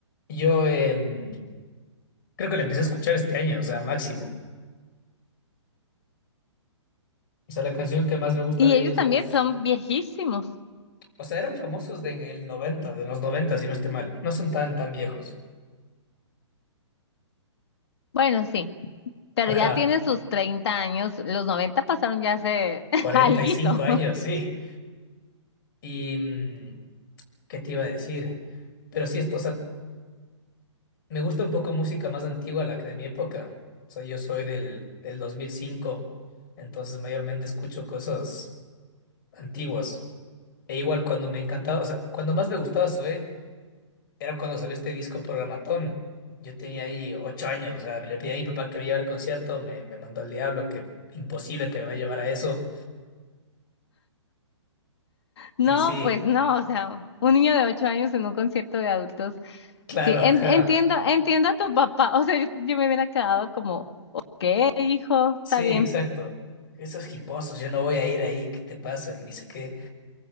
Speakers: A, on the left (about 45°); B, on the left (about 60°).
A: Yo em, creo que la empecé a escuchar este año, o sea, máximo. O sea, la canción que más me gusta
B: Y
A: de
B: ellos
A: ellos
B: también
A: es...
B: son viejísimos.
A: O sea, eran famosos de en el 90, de los 90 si no estoy mal. No son tan, tan viejos.
B: Bueno, sí, pero
A: Ajá,
B: ya tienen sus 30 años. Los 90 pasaron ya hace <laughs>
A: 45
B: alguito.
A: años, sí. Y... mm, ¿Qué te iba a decir? Pero sí, es- o sea, me gusta un poco música más antigua, la que de mi época. O sea, yo soy del, del 2005, entonces mayormente escucho cosas antiguas. E igual cuando me encantaba, o sea, cuando más me gustaba Zoé, era cuando salió este disco Programatón. Yo tenía ahí ocho años, o sea, me le pedí a mi papá que me llevara al concierto, me, me mandó al diablo, que imposible que me vaya a llevar a eso.
B: No,
A: Y sí,
B: pues no, o sea, un niño de 8 años en un concierto de adultos.
A: claro,
B: Sí, en-
A: ajá.
B: entiendo, entiendo a tu papá. O sea, yo, yo me hubiera quedado como, eh, hijo,
A: Sí,
B: está bien.
A: exacto. Esos hiposos, yo no voy a ir ahí, ¿qué te pasa? Que ni sé qué.